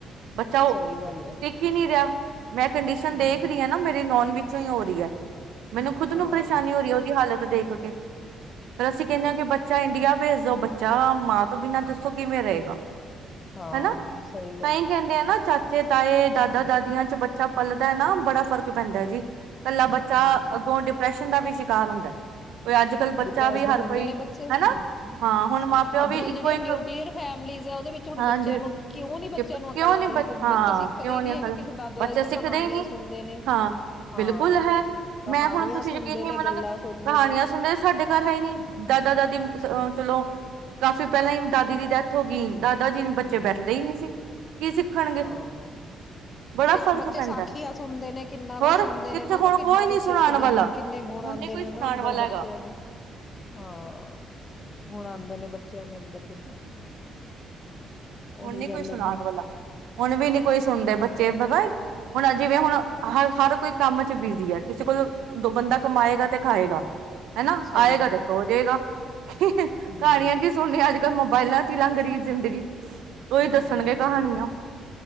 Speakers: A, on the right; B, on the left.
A: ਬੱਚਾ ਉਹ
B: ਸਹੀ ਗੱਲ ਹੈ
A: ਦਿਖ ਹੀ ਨਹੀਂ ਰਿਹਾ। ਮੈਂ ਕੰਡੀਸ਼ਨ
B: ਹੂੰ
A: ਦੇਖ ਰਹੀ ਹਾਂ ਨਾ ਮੇਰੇ ਨੋਨ ਪਿੱਛੋਂ ਹੀ ਹੋ ਰਹੀ ਹੈ। ਮੈਨੂੰ ਖੁਦ ਨੂੰ
B: ਹਾਂ
A: ਪਰੇਸ਼ਾਨੀ ਹੋ ਰਹੀ ਹੈ ਉਹਦੀ ਹਾਲਤ ਦੇਖ ਦੇਖ ਕੇ ਪਰ ਅਸੀਂ ਕਹਿਨੇ ਆ ਕਿ ਬੱਚਾ ਇੰਡੀਆ ਭੇਜ ਦੋ ਬੱਚਾ ਮਾਂ ਤੋਂ ਬਿਨਾਂ ਕਿਵੇਂ ਰਹੇਗਾ।
B: ਹਾਂ
A: ਹਨਾ
B: ਸਹੀ। ਗੱਲ
A: ਤਾਂ ਹੀ
B: ਹੈ।
A: ਕਹਿੰਦੇ ਆ ਨਾ ਚਾਚੇ ਤਾਏ, ਦਾਦਾ, ਦਾਦੀਆਂ ਚ ਬੱਚਾ ਪਲਦਾ ਨਾ ਬੜਾ ਫ਼ਰਕ ਪੈਂਦਾ ਜੀ। ਇਕੱਲਾ ਬੱਚਾ
B: ਹਮ।
A: ਅੱਗੋਂ ਡਿਪਰੈਸ਼ਨ ਦਾ ਵੀ ਸ਼ਿ ਕਾਰ ਹੁੰਦਾ। ਕੋਈ ਅੱਜ ਕੱਲ੍ਹ ਬੱਚਾ
B: ਡਿਪਰੈਸਡ
A: ਵੀ ਹਰ
B: ਹੁੰਦੇ
A: ਕੋਈ
B: ਨੇ ਬੱਚੇ ਹਮ
A: ਹਨਾ ਹਾਂ ਹੁਣ ਮਾਂ ਪਿਓ
B: ਅੱਜ
A: ਵੀ
B: ਕੱਲ
A: ਇੱਕੋ
B: ਜਿਹੜੀਆਂ
A: ਇੱਕ
B: ਨਿਊਕਲੀਅਰ ਫੈਮਲੀਸ ਆ ਉਹਦੇ ਵਿੱਚ ਹੁਣ
A: ਹਾਂਜੀ
B: ਬੱਚਿਆਂ ਨੂੰ ਕਿਉਂ ਨੀ ਬੇ
A: ਡਿਪ-
B: ਬੱਚਿਆਂ
A: ਕਿਉਂ
B: ਨੂੰ ਅਕਲ ਆ
A: ਨੀ
B: ਰਹੀ
A: ਬੱਚ
B: ਕਿਉਂਕਿ
A: ਹਾਂ
B: ਬੱਚਾ ਸਿੱਖਦੇ
A: ਕਿਉਂ
B: ਹੀ ਨੀ
A: ਅਕਲ
B: ਹੈਗੇ ਕਿਸੇ ਦਾਦਾ
A: ਬੱਚੇ
B: ਦਾਦੀ ਤੋਂ
A: ਸਿੱਖਦੇ
B: ਕਹਾਣੀਆਂ
A: ਹੀ ਨੀ
B: ਸੁਣਦੇ ਨੇ
A: ਹਾਂ
B: ਹਾਂ,
A: ਬਿਲਕੁਲ ਹੈ
B: ਕਹਾਣੀਆਂ
A: ਮੈਂ ਹੁਣ ਤੁਸੀਂ
B: ਸੁਣਦੇ
A: ਯਕੀਨ ਨਹੀਂ
B: ਨੇ
A: ਮੰਨੋਗੇ
B: ਗੱਲਾਂ ਸੁਣਦੇ
A: ਕਹਾਣੀਆਂ
B: ਨੇ।
A: ਸੁਣਦੇ ਘਰ ਹੈ ਨੀ
B: ਹਮ।
A: ਦਾਦਾ ਦਾਦੀ ਅ ਚਲੋ ਕਾਫੀ ਪਹਿਲਾਂ ਹੀ ਦਾਦੀ ਦੀ ਡੈਥ ਹੋ ਗਈ। ਦਾਦਾ ਜੀ ਨੂੰ ਬੱਚੇ
B: ਹਮ
A: ਬੈਠਦੇ ਹੀ ਨਹੀਂ ਸੀ। ਕੀ ਸਿੱਖਣਗੇ
B: ਹਾਂ,
A: ਬੜਾ
B: ਦੇਖੋ
A: ਫ਼ਰਕ
B: ਬੱਚੇ
A: ਪੈਂਦਾ
B: ਸਾਖੀਆਂ ਸੁਣਦੇ ਨੇ ਕਿੰਨਾ ਕੁੱਛ
A: ਹੋਰ
B: ਸੁਣਦੇ
A: ਕਿੱਥੇ
B: ਨੇ ਉਹਨਾਂ ਤੋਂ
A: ਹੁਣ
B: ਕਿੰਨਾ
A: ਕੋਈ
B: ਕੁਛ
A: ਨੀ ਸੁਣਾਉਣ
B: ਸਿੱਖਦੇ
A: ਵਾਲਾ
B: ਨੇ ਕਿੰਨੇ ਗੁਣ
A: ਹੁਣ
B: ਆਂਦੇ
A: ਨੀ ਕੋਈ
B: ਨੇ
A: ਸੁਣਾਉਣ
B: ਉਹਨਾਂ ਅੰਦਰ
A: ਵਾਲਾ
B: ਬੱਚਿਆਂ
A: ਹੈਗਾ
B: ਦੇ ਹਾਂ ਗੁਣ ਆਉਂਦੇ ਨੇ ਬੱ ਬੱਚਿਆਂ ਦੇ ਅੰਦਰ ਕਿੰਨੇ ਉਹੀ
A: ਹੁਣ ਨੀ ਕੋਈ
B: ਗੱਲ
A: ਸੁਣਾਉਣ
B: ਆ ਨਾ।
A: ਵਾਲਾ ਹੁਣ ਵੀ
B: ਹਮ
A: ਨੀ ਕੋਈ ਸੁਣਦੇ ਬੱਚੇ। ਪਤਾ ਹੁਣ ਆ ਜਿਵੇਂ ਹੁਣ ਹ ਹਰ ਕੋਈ ਕੰਮ ਚ ਬਿਜੀ ਹੈ ਕਿਸੇ ਕੋਲ ਦੋ ਬੰਦਾ ਕਮਾਏਗਾ ਤੇ ਖਾਏਗਾ। ਹਨਾ
B: ਸਹੀ
A: ਆਏਗਾ
B: ਗੱਲ
A: ਤੇ ਸੋਜੇਗਾ
B: ਹੈ
A: ਕਹਾਣੀਆਂ
B: ਹਮ
A: ਕੀ ਸੁਣਨੀਆਂ ਅੱਜ ਕੱਲ ਮੋਬਾਇਲਾਂ ਚ ਹੀ ਲੰਘ ਰਹੀ ਜ਼ਿੰਦਗੀ। ਉਹੀ
B: ਹਮ
A: ਦੱਸਣਗੇ ਕਹਾਣੀਆਂ